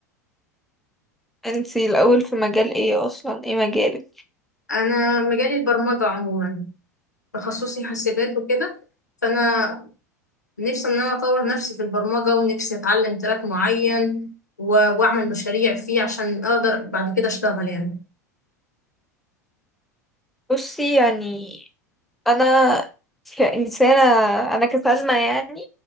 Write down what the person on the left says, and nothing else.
انا مجالي البرمجه عموما تخصصي حاسبات وكده فانا نفسي ان انا اطور نفسي في البرمجة ونفسي اتعلم تراك معين و- واعمل مشاريع فيه عشان اقدر بعد كده اشتغل يعني